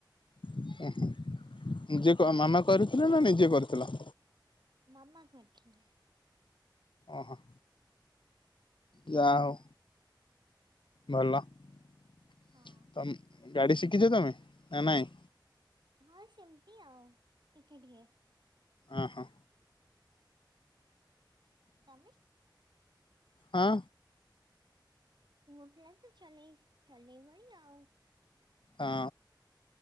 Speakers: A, on the left; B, on the right.
A: <inaudible> ଏ ନିଜେ କ ମାମା କରିଥିଲେ ନା ନିଜେ କରିଥିଲ?
B: ମାମା କରିଥିଲେ।
A: ଓହୋ। ଯାହା ହୋଉ। ଭଲ <inaudible>
B: ହଁ
A: ତମ୍ ଗାଡି ଶିଖିଛ ତମେ ନା ନାଇଁ?
B: ହଁ ସେମିତି ଆଉ ଟିକେ ଟିକେ।
A: ଅଁ ହୋ।
B: ତମେ?
A: ହଁ।
B: ପୁଅପିଲା ତ ଚଲେଇ ଚଲେଇ ବଣୀ ଆଉ।
A: ହଁ।